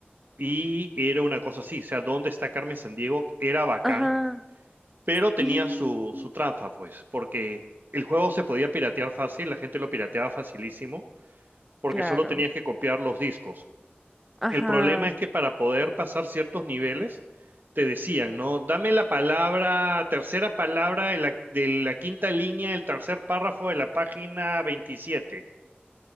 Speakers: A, on the right (about 55°); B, in the centre.
A: Y era una cosa así, o sea, ¿dónde está Carmen Sandiego? Era bacán,
B: Ajá.
A: pero tenía
B: Sí.
A: su, su trampa, pues, porque el juego se podía piratear fácil, la gente lo pirateaba facilísimo, porque
B: Claro.
A: solo tenías que copiar los discos.
B: Ajá.
A: El problema es que para poder pasar ciertos niveles, te decían, ¿no? Dame la palabra, tercera palabra de la, de la quinta línea del tercer párrafo de la página 27.